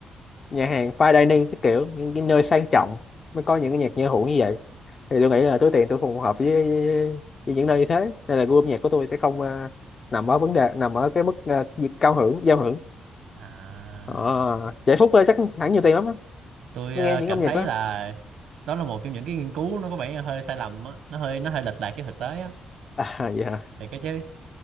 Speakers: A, on the left (about 45°); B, on the right (about 80°).
A: nhà hàng fine dining cái kiểu những cái nơi sang trọng mới có những cái nhạc giao hưởng như vậy thì tôi nghĩ là túi tiền tôi phù hợp với, với, những nơi như thế nên là gu âm nhạc của tôi sẽ không ờ, nằm ở vấn đề nằm ở cái mức ờ, việc cao hưởng giao hưởng
B: à
A: Ờ, vậy Phúc ờ, chắc hẳn nhiều tiền lắm á
B: tôi
A: mới
B: ờ,
A: nghe những
B: cảm
A: âm nhạc
B: thấy
A: đó
B: là đó là một trong những cái nghiên cứu nó có vẻ hơi sai lầm á nó hơi nó hơi lệch lạc với thực tế á
A: <laughs> à dạ
B: thì cái chứ